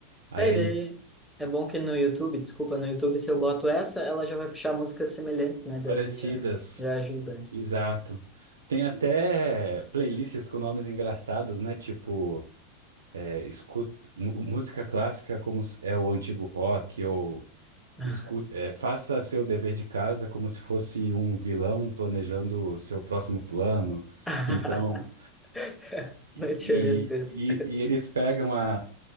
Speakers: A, on the right (about 90°); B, in the centre.
A: Aí
B: Aí,
A: é
B: daí, é bom que no YouTube, desculpa, no YouTube, se eu boto essa, ela já vai puxar músicas semelhantes, né? Daí
A: Parecidas,
B: já, já ajuda.
A: exato. Tem até playlists com nomes engraçados, né? Tipo, é, escu- mu- música clássica como s- é o antigo rock, ou
B: Ah.
A: escute, é, faça seu dever de casa como se fosse um vilão planejando o seu próximo plano.
B: <laughs>
A: Então, e,
B: Não tinha
A: e,
B: visto isso.
A: e- e eles pegam a,